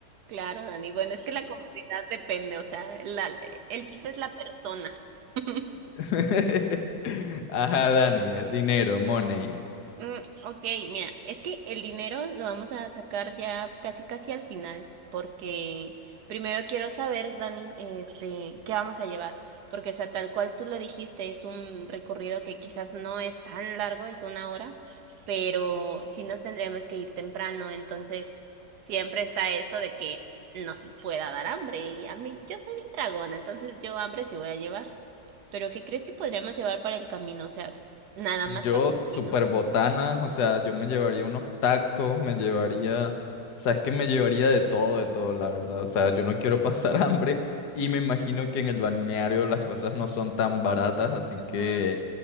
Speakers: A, on the right (about 80°); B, on the left (about 85°).
A: claro, Dani. Bueno, es que la comodidad depende, o sea, la- el chiste es la persona. <laughs>
B: <laughs> Ajá, Dani, eh, dinero, money.
A: Mm, ok, mira, es que el dinero lo vamos a sacar ya casi casi al final, porque primero quiero saber, Dani, este, qué vamos a llevar, porque o sea, tal cual tú lo dijiste, es un recorrido que quizás no es tan largo, es una hora, pero sí nos tendríamos que ir temprano, entonces siempre está esto de que nos pueda dar hambre, y a mí, yo soy bien dragona, entonces yo hambre sí voy a llevar, pero ¿qué crees que podríamos llevar para el camino? O sea, nada
B: Yo,
A: más para el
B: super
A: camino.
B: botana, o sea, yo me llevaría unos tacos, me llevaría, o sea, es que me llevaría de todo, de todo, la verdad. O sea, yo no quiero pasar <laughs> hambre y me imagino que en el balneario las cosas no son tan baratas, así
A: Ajá.
B: que